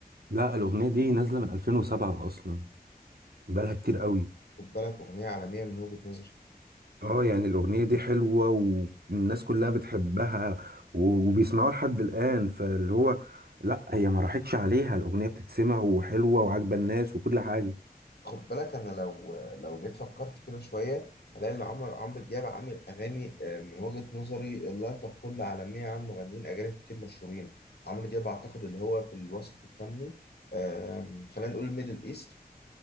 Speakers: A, on the right (about 75°); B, on the left (about 85°).
A: لا الاغنيه دي نازله من 2007 اصلا بقالها كتير قوي
B: خد بالك اغنيه عالميه من وجهه نظري
A: اه يعني الاغنيه دي حلوه والناس كلها بتحبها و- وبيسمعوها لحد الان فاللي هو لا هي ما راحتش عليها الاغنيه بتتسمع وحلوه وعاجبه الناس وكل حاجه
B: خد بالك انا لو لو جيت فكرت كده شويه هلاقي ان عمرو عمرو دياب عامل اغاني آه، من وجهه نظري لا تقل عالميه عن مغنيين اجانب كتير مشهورين عمرو دياب اعتقد اللي هو في الوسط الفني آم، خلينا نقول الميدل ايست